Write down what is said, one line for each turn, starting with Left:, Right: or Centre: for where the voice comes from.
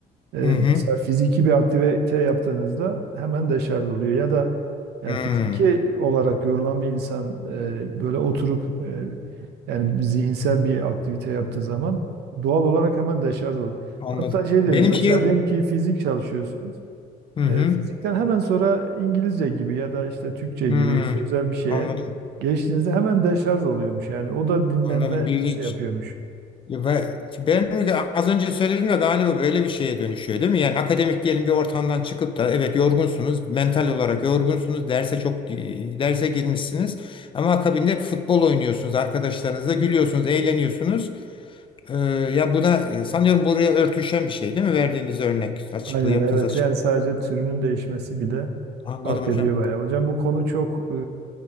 Right: E,
Left: hı hı.
Right: mesela fiziki bir aktivite yaptığınızda hemen deşarj oluyor. Ya da yani
Left: hı.
Right: fiziki olarak yorulan bir insan e, böyle oturup e, yani zihinsel bir aktivite yaptığı zaman doğal olarak hemen deşarj oluyor.
Left: Anladım.
Right: Hatta şey deniyor
Left: Benim
Right: mesela
Left: şey hı
Right: diyelim ki fizik çalışıyorsunuz.
Left: hı hı.
Right: E, fizikten hemen sonra İngilizce gibi ya da işte Türkçe
Left: hı.
Right: gibi sözel bir şeye
Left: Anladım.
Right: geçtiğinizde hemen deşarj oluyormuş. Yani o da dinlenme
Left: Anladım.
Right: etkisi
Left: Bilgi
Right: yapıyormuş.
Left: Ya ve- Ben az önce söyledim de galiba böyle bir şeye dönüşüyor değil mi? Yani akademik diyelim bir ortamdan çıkıp da evet yorgunsunuz, mental olarak yorgunsunuz, derse çok derse girmişsiniz ama akabinde futbol oynuyorsunuz, arkadaşlarınızla gülüyorsunuz, eğleniyorsunuz. Ee, ya bu da e, sanıyorum buraya örtüşen bir şey değil mi? Verdiğiniz örnek, açıklığı
Right: Aynen
Left: yaptığınız
Right: evet
Left: açık.
Right: yani sadece türünün değişmesi bile
Left: Anladım
Right: fark
Left: hocam.
Right: ediyor bayağı. Hocam bu konu çok e,